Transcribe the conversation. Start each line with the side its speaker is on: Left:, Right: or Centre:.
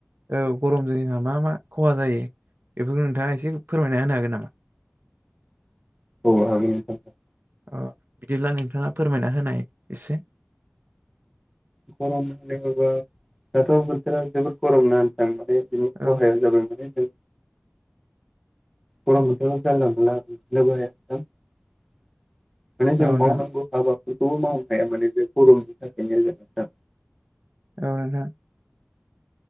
Right: औ गरमजों जोंहा मा मा खहा जायो बेफोरखौ नोंथाङा एसे फोरमायना होनो हागोन नामा?
Centre: औ हागोन नोंथां।
Right: अ' बिदिब्ला नोंथाङा फोरमायना होनाय एसे
Centre: गरम होनोबा दाथ' बोथोरा जोबोद गरम ना नोंथां। बे बिनि खहाया
Right: औ
Centre: जाबाय माने जों गरम बोथोराव जानला मोनला <unintelligible> माने जों
Right: नोंथां
Centre: मावनांगौ हाबा। बेखौबो मावनो हाया माने बे गरमनि थाखायनो जों नोंथां।
Right: औ नोंथां।